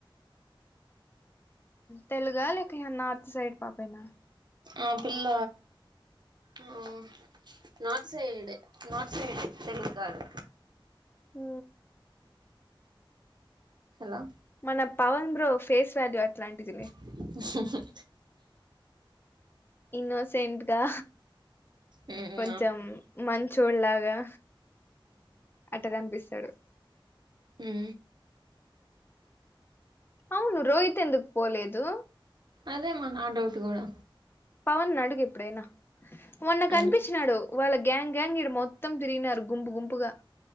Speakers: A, on the left (about 25°); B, on the right (about 55°).
A: తెలుగ లేక ఇగ నార్త్ సైడ్ పాపెనా
B: ఆ పిల్ల ఆ నార్త్ సైడె నార్త్ సైడె తెలుగు కాదు
A: ఊ
B: హలో
A: మన పవన్ బ్రో ఫేస్ వాల్యూ అట్లాంటిదిలే
B: హ్మ్ హ్మ్ హ్మ్
A: ఇన్నోసెంట్ గా
B: ఊ
A: కొంచెం మంచోడి లాగా అట్ట కనిపిస్తాడు
B: ఊ
A: అవును రోహిత్ ఎందుకు పోలేదు
B: అదేమా నా డౌట్ కూడా
A: పవన్ ని అడుగు ఎప్పుడైనా మొన్న కనిపిచినాడు
B: అది
A: వాళ్ళ గ్యాంగ్ గ్యాంగ్ ఇడ మొత్తం తిరిగినారు గుంపు గుంపుగా